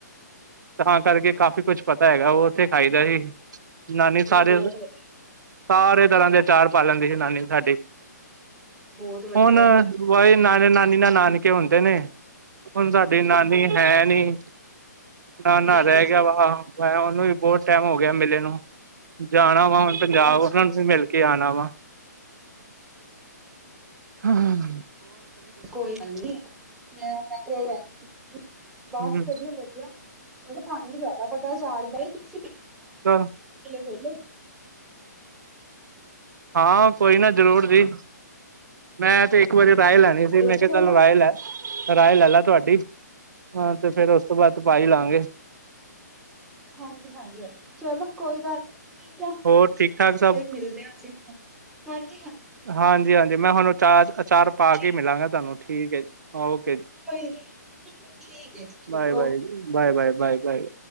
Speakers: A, on the right; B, in the centre.
A: ਤਾਂ ਕਰਕੇ ਕਾਫ਼ੀ ਕੁਛ ਪਤਾ ਹੈਗਾ, ਉਹ ਉੱਥੇ ਖਾਈ ਦਾ ਹੀ। ਨਾਨੀ ਸਾਰੇ,
B: ਨਹੀਂ ਬਹੁਤ ਵਧੀਆ
A: ਸਾਰੇ ਤਰਾਂ ਦੇ ਅਚਾਰ ਪਾ ਲੈਂਦੀ ਸੀ ਨਾਨੀ ਸਾਡੀ।
B: ਬਹੁਤ ਵਧੀਆ
A: ਹੁਣ
B: ਤੇ
A: ਬ ਨਾਨੇ- ਨਾਨੀ ਨਾਲ ਨਾਨਕੇ ਹੁੰਦੇ ਨੇ। ਹੁਣ ਸਾਡੀ ਨਾਨੀ ਹੈ ਨੀ। ਨਾ ਨਾ
B: ਠੀਕ
A: ਰਹਿ
B: ਹੈ ਜੀ
A: ਗਿਆ ਵਾ, ਮੈਂ ਉਹਨੂੰ ਵੀ ਬਹੁਤ ਟਾਈਮ ਹੋ ਗਿਆ ਮਿਲੇ ਨੂੰ, ਜਾਣਾ। ਹੁਣ ਪੰਜਾਬ
B: ਅੱਛਾ
A: ਉਹਨਾਂ
B: ਅੱਛਾ
A: ਨੂੰ ਵੀ ਮਿਲ ਕੇ ਆਉਣਾ ਵਾ। ਹਾ- ਹਾ।
B: ਕੋਈ ਗੱਲ ਨੀ ਮੈਂ <unintelligible>
A: ਹਮ
B: ਬਸ ਵਧੀਆ- ਵਧੀਆ ਮੈਂ ਕਿਹਾ ਤੁਹਾਨੂੰ ਜ਼ਿਆਦਾ ਪਤਾ ਅਚਾਰ ਬਾਰੇ, ਤੁਸੀਂ।
A: ਚਲ।
B: ਥੱਲੇ ਖੋਲਿਓ।
A: ਹਾਂ ਕੋਈ ਨਾ ਜ਼ਰੂਰ ਜੀ। ਮੈਂ ਤੇ ਇੱਕ ਵਾਰੀ ਰਾਹਿ ਲੈਣੀ ਸੀ। ਮੈਂ
B: ਚਲੋ
A: ਕਿਹਾ ਚੱਲ ਰਾਹਿ ਲੈ। ਰਾਏ ਲੈ ਲਾ ਤੁਹਾਡੀ। ਹਾਂ ਤੇ ਫੇਰ ਉਸ ਤੋਂ ਬਾਅਦ ਪਾਈ ਲਾਂਗੇ।
B: ਹਾਂਜੀ- ਹਾਂਜੀ, ਹਾਂਜੀ ਚਲੋ ਕੋਈ ਗੱਲ ਨੀ, ਠੀਕ ਹੈ।
A: ਹੋਰ
B: ਤੁਸੀਂ।
A: ਠੀਕ ਠਾਕ ਸਭ
B: ਫੇਰ ਮਿਲਦੇ ਹਾ ਅਸੀਂ ਹ ਹਾਂਜੀ- ਹਾਂਜੀ।
A: ਹਾਂਜੀ- ਹਾਂਜੀ ਮੈਂ ਤੁਹਾਨੂੰ ਅਚਾਰ, ਅਚਾਰ ਪਾ
B: ਠੀਕ
A: ਕੇ ਮਿਲਾਂਗਾ ਤੁਹਾਨੂੰ। ਠੀਕ ਹੈ ਜੀ, ਓਕੇ ਜੀ।
B: ਕੋਈ ਨੀ, ਠੀਕ ਹੈ ਜੀ, ਠੀਕ
A: bye
B: okay.
A: Bye, bye, bye, bye- bye.